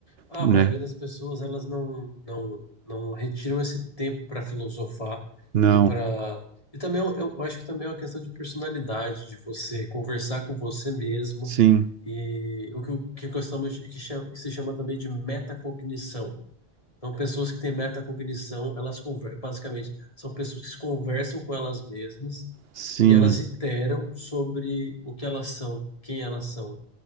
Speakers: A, on the left; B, on the right.
A: Ah,
B: né?
A: A maioria das pessoas elas não não não retiram esse tempo para filosofar
B: Não,
A: e para e também eu, eu acho que também é uma questão de personalidade, de você conversar com você mesmo
B: sim,
A: e o que, que gostamos que, chama, que se chama também de metacognição. Então, pessoas que têm metacognição, elas conver- basicamente são pessoas que se conversam com elas mesmas
B: sim.
A: e elas iteram sobre o que elas são, quem elas são,